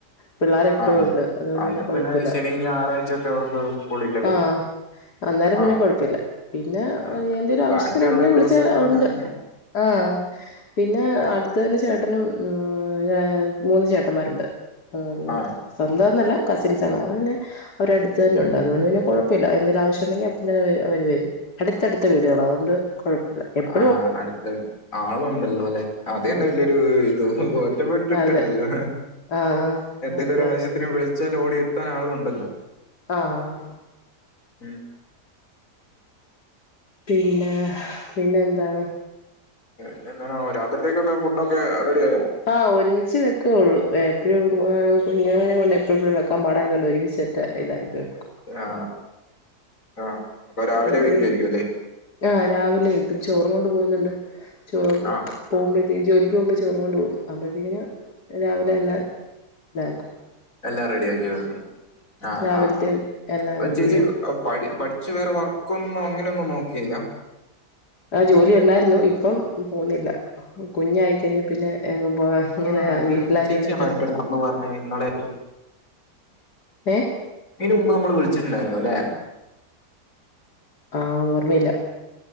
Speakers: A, on the left; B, on the left.
A: പിള്ളാര് എപ്പഴുംണ്ട്
B: ആ
A: അതുകൊണ്ട്
B: അത്
A: പിന്നെ കൊഴപ്പില്ല
B: ശനി ഞായറാഴ്ച ഒക്കെ അവർക്ക് സ്കൂളില്ലല്ലോ
A: ആ അന്നേരം
B: ആ
A: പിന്നെ കൊഴപ്പില്ല പിന്നെ
B: ആ,
A: എന്തേലും
B: ബാക്കിയുള്ള
A: ആവശ്യത്തിന് ഉടനെ വിളിച്ചാ
B: ദിവസങ്ങളാണ്
A: ഉണ്ട് ആ പി പിന്നെ അട്ത്ത്തന്നെ ചേട്ടനും ഉം മൂന്ന് ചേട്ടന്മാരുണ്ട് <unintelligible>
B: ആ
A: സ്വന്തോന്നല്ല കസിൻസാണ് അ പിന്നെ അവരടുത്ത് തന്നെയുണ്ട് അതുകൊണ്ട് പിന്നെ കൊഴപ്പവില്ല എന്തെലും ആവശ്യം ഉണ്ടെങ്കിൽ അപ്പതന്നെ അവര് വരും അടുത്തടുത്ത വീടുകളാ അതുകൊണ്ട് കൊഴപ്പ എപ്പ്
B: ആ അട്ത്തട് ആളുണ്ടല്ലോല്ലെ അത് തന്നെ
A: ഉം
B: വല്യൊരു ഇത് ഒറ്റപ്പെട്ടിട്ടില്ലല്ലോ
A: അതെ ആഹ്
B: എന്തേലും
A: അതെ
B: ഒരാവശ്യത്തിന് വിളി ച്ചാല് ഓടിയെ ത്താൻ ആളുണ്ടല്ലോ
A: ആഹ്
B: ഉം
A: പിന്നെ പിന്നെന്താണ്
B: പിന്നെന്താണ് രാത്രിത്തേക്കൊക്കെ ഫുഡൊക്കെ റെഡി ആയോ
A: ആ ഒരുമിച്ച് വെക്കാെള്ളൂ ഏ എപ്പഴും ഏ കുഞ്ഞാവനെം കൊണ്ട് എപ്പഴെപ്പോഴും വെക്കാൻ പാടായത് കൊണ്ട് ഒരുമിച്ചൊറ്റ ഇതായിട്ട് വെ
B: ആ ആ പ്പൊ രാവിലെ
A: എപ്പോഴും
B: വെക്കുവായിരിക്കും അല്ലെ
A: ആഹ് രാവിലെ വെക്കും ചോറും കൊണ്ട്പോക്ന്ന്ണ്ട് ചോറ്
B: ആ
A: പോവുമ്പഴെ <unintelligible> ജോലിക്ക് പോകുമ്പോ ചോറും കൊണ്ട് പോകും അപ്പോഴത്തേക്ക്നു രാവിലെ എല്ലാം താക്കും
B: എല്ലാം റെഡിയാക്കി വരുന്നു ആ
A: രാവിലത്തെ എല്ലാം
B: പ്പ
A: റെഡിയാവും
B: ചേച്ചി പടി പടി ച്ച് വേറെ വർക്കൊന്നും അങ്ങനെയൊന്നും നോക്കിയില്ല
A: ആ ജോലിയുണ്ടായ്രുന്നു ഇപ്പം പോകുന്നില്ല കുഞ്ഞായിക്കഴിഞ്ഞെ പിന്നെ എങ്ങും പോ ഇങ്ങനെ
B: ആ
A: വീട്ടിലാരും
B: ചേച്ചിയാണോ
A: ഇല്ലാത്തോണ്ട്
B: എന്റെടുത്ത് അന്ന് പറഞ്ഞേ ഇന്നളെറ്റോ
A: ഏഹ്
B: ഇയ്നൂമുമ്പ് നമ്മൾ വിളിച്ചി ണ്ടായ്ര്ന്നുല്ലേ
A: ആ ഓർമ്മയില്ല